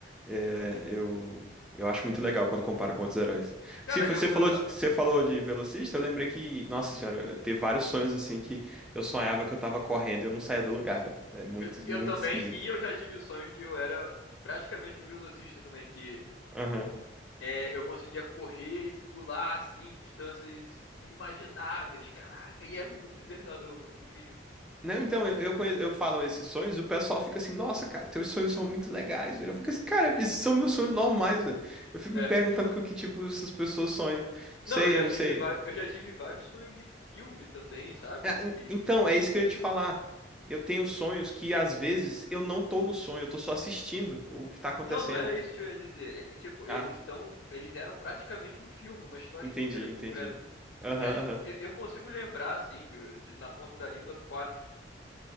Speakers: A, in the centre; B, on the left (about 80°).
A: é, eu, eu acho muito legal quando compara com outros heróis.
B: Cara,
A: Se fo-
B: eu,
A: você
B: eu,
A: falou, de- você falou de velocista, eu lembrei que, nossa senhora, eu teve vários sonhos, assim, que eu sonhava que eu tava correndo e eu não saía do lugar, velho. É muito,
B: Eu, eu
A: muito
B: também,
A: esquisito.
B: e eu já tive o sonho que eu era praticamente um velocista também, que
A: Aham.
B: é, eu conseguia correr e pular assim, distâncias inimagináveis. Caraca, e é muito libertador, mano, incrível.
A: Não, então, eu, eu, conhe- eu falo esses sonhos e o pessoal fica assim, nossa, cara, teus sonhos são muito legais, velho. Eu fico assim, cara, esses são meus sonhos normais, velho. Eu fico
B: É.
A: me perguntando com que tipo essas pessoas sonham. Não sei,
B: Não, eu já
A: eu não
B: tive,
A: sei.
B: va- eu já tive vários sonhos de filme também, sabe?
A: É, en-
B: Que-
A: Então, é isso que eu ia te falar. Eu tenho sonhos que às vezes eu não tô no sonho, eu tô só assistindo o que tá acontecendo.
B: Não, não era isso que eu ia dizer. É que, tipo, eles
A: Ah,
B: são, eles eram praticamente um filme, uma história
A: entendi,
B: inteira completa.
A: entendi. Aham,
B: Já, ti-
A: aham.
B: eu, eu consigo lembrar, assim, de- de- na ponta da língua, quatro.